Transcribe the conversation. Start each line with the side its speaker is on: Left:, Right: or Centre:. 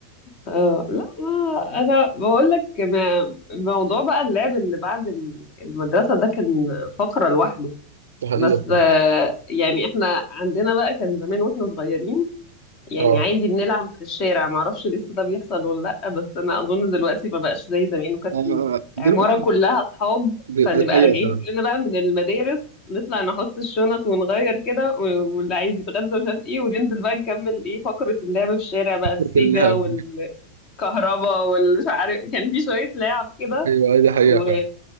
Left: آه لا ما انا بقول لك ما- موضوع بقى اللعب اللي بعد ال- المدرسه ده كان فقره لوحده
Right: ده حقيقة
Left: بس آه يعني احنا عندنا بقى كان زمان واحنا صغيرين يعني
Right: اه
Left: عادي بنلعب في الشارع ما اعرفش لسه ده بيحصل ولا لا بس انا اظن دلوقتي ما بقاش زي زمان وكانت
Right: آه، دلوقتي
Left: العماره كلها اصحاب
Right: دي
Left: فنبقى
Right: دي حقيقة
Left: راجعين
Right: فعلا
Left: كلنا بقى من المدارس نطلع نحط الشنط ونغير كده و- واللي عايز يتغدى مش عارف ايه وننزل بقى نكمل ايه فقرة اللعب في الشارع بقى السيجا
Right: <laughs> اللعب.
Left: كهربا والمش عارف كان في شوية لعب كده
Right: ايوه دي حقيقة
Left: و
Right: فعلا